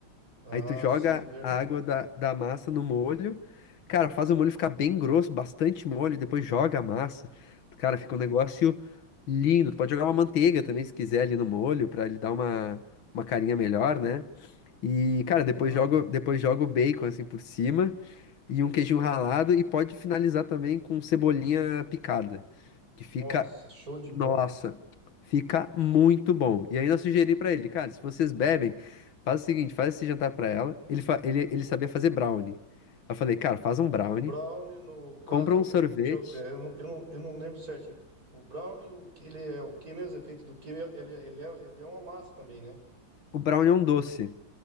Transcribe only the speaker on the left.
Aí tu joga
a água da, da massa no molho. Cara, faz o molho ficar bem grosso, bastante molho, depois joga a massa. Cara, fica um negócio lindo. Tu pode jogar uma manteiga também, se quiser, ali no molho, pra ele dar uma, uma carinha melhor, né? E, cara, depois
jogo depois jogo o bacon assim por cima e um queijinho ralado e pode finalizar também com cebolinha picada, que fica,
nossa,
fica muito bom. E ainda sugeri pra ele, cara, se vocês bebem, faz o seguinte, faz esse jantar pra ela. Ele, fa- ele, ele sabia fazer brownie. Aí Eu falei, cara, faz um brownie,
compra um sorvete.
O brownie é um doce.